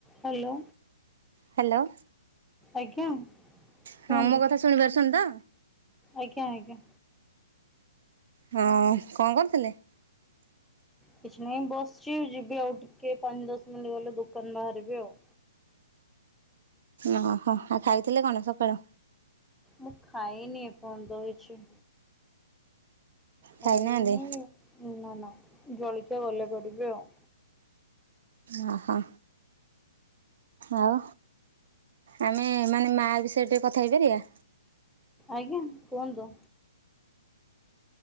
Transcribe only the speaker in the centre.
Hello.
ଆଜ୍ଞା।
କୁହନ୍ତୁ
ଆଜ୍ଞା ଆଜ୍ଞା।
କିଛି ନାହିଁ ବସିଚି ଯିବି ଆଉ ଟିକେ ପାଞ୍ଚ ଦଶ ମିନିଟ୍ ଗଲେ ଦୋକାନ ବାହାରିବି ଆଉ।
ମୁଁ ଖାଇନି ଏପଯ୍ୟନ୍ତ କିଛି। ଖାଇନି
ନା ନା ଜଳଖିଆ ଗଲେ କରିବି ଆଉ।
ଆଜ୍ଞା କୁହନ୍ତୁ।